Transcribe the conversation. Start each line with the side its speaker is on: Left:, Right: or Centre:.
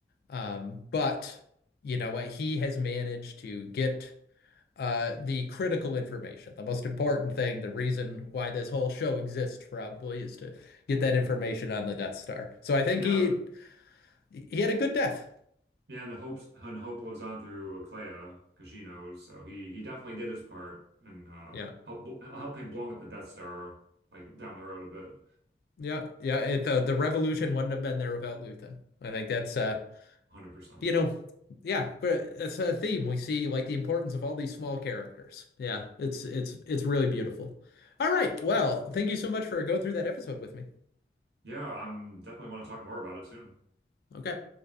Left: Um, but you know what? He has managed to get uh, the critical information, the most important thing, the reason why this whole show exists probably is to get that information on the Death Star. So I think
Right: yeah,
Left: he
Right: the,
Left: he had a good death.
Right: yeah. And Hope's and Hope lives on through Clea because she knows. So he he definitely did his part and uh,
Left: Yeah,
Right: help bl helping blowing up the Death Star like down the road a bit.
Left: yeah, yeah. It, the the revolution wouldn't have been there without Luthen. I think that's uh
Right: 100%.
Left: you know yeah, but it's a theme we see like the importance of all these small characters. Yeah, it's it's it's really beautiful. All right, well,
Right: Mhm.
Left: thank you so much for going through that episode with me.
Right: Yeah, I'm definitely want to talk more about it soon.
Left: Okay.